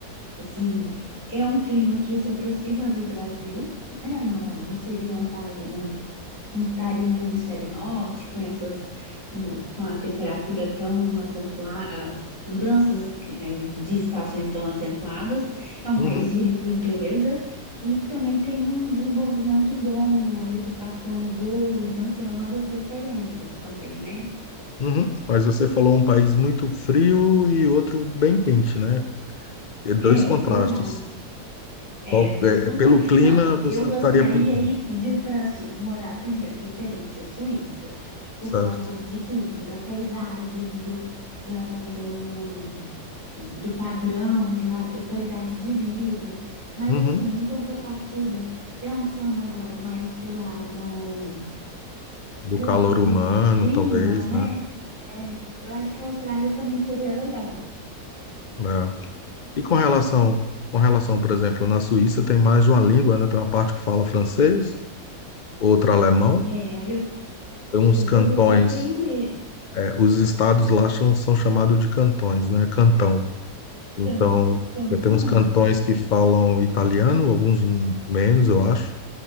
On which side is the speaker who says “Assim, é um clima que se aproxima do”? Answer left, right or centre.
Left